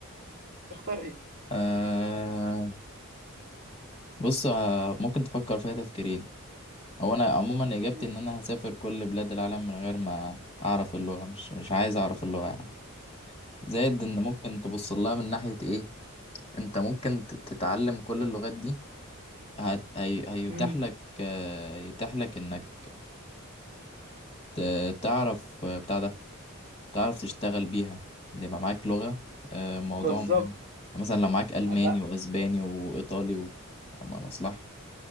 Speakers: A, on the right; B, on the left.
A: تختار إيه؟
B: آه بص آه، ممكن تفكر فيها تفكيرين هو انا عموما اجابتي
A: إمم.
B: ان انا هسافر كل بلاد العالم من غير ما اعرف اللغه مش مش عايز اعرف اللغه يعني زائد ان ممكن تبص لها من ناحيه ايه انت ممكن ت- تتعلم كل اللغات دي هت... هي... هيتاح
A: إمم.
B: لك آه، يتاح لك انك ت- تعرف آه، بتاع ده تعرف تشتغل بيها يبقى معاك لغه آه، موضوع
A: بالضبط.
B: مهم يعني مثلا لو معاك الماني
A: <laughs> أنا
B: واسباني وايطالي و... أما مصلحه